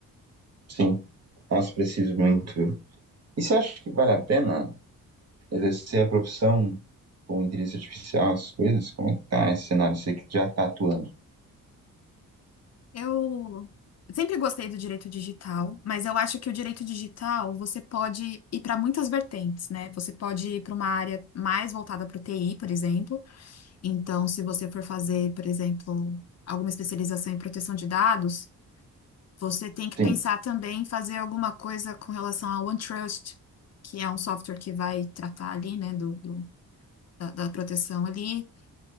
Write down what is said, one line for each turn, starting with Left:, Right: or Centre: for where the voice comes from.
Right: sim. Nossa, preciso muito. E você acha que vale a pena exercer a profissão com inteligência artificial, essas coisas? Como é que tá esse cenário? Você que já tá atuando.
Left: Eu sempre gostei do direito digital, mas eu acho que o direito digital você pode ir para muitas vertentes, né? Você pode ir para uma área mais voltada para o TI, por exemplo. Então, se você for fazer, por exemplo, alguma especialização em proteção de dados, você tem que
Right: Sim.
Left: pensar também em fazer alguma coisa com relação ao OneTrust, que é um software que vai tratar ali, né, do, do- da, da proteção ali.